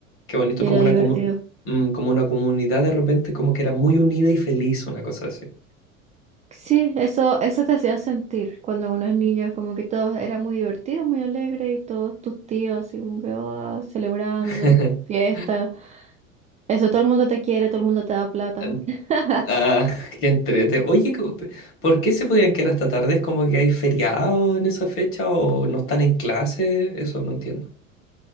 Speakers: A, on the left; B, on the right.
A: Qué bonito
B: era
A: como una
B: divertido.
A: comu- mm, como una comunidad de repente como que era muy unida y feliz, una cosa así.
B: Sí, eso, eso te hacía sentir cuando uno es niño, es como que todo era muy divertido, muy alegre y todos tus tíos así como que "Ah", celebrando,
A: <laughs>
B: fiesta. Eso todo el mundo te quiere, todo el mundo te da plata.
A: En-
B: <laughs>
A: Ah, <laughs> qué entrete. Oye, co- pe- ¿por qué se podían quedar hasta tarde? ¿Es como que hay feriado en esa fecha o no están en clase? Eso no entiendo.